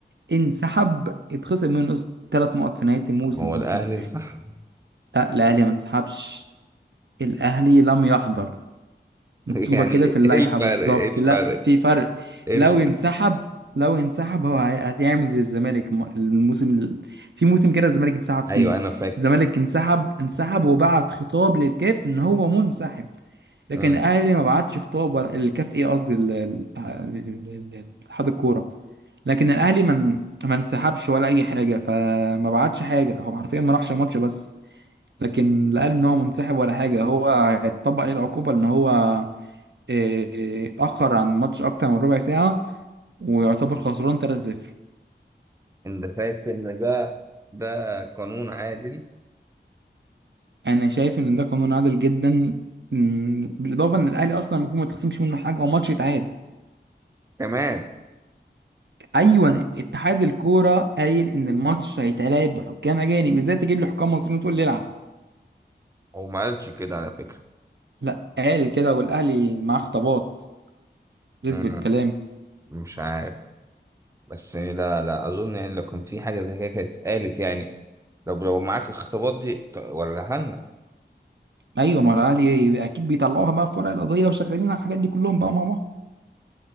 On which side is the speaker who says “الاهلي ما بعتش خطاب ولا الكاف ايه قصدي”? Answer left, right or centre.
Right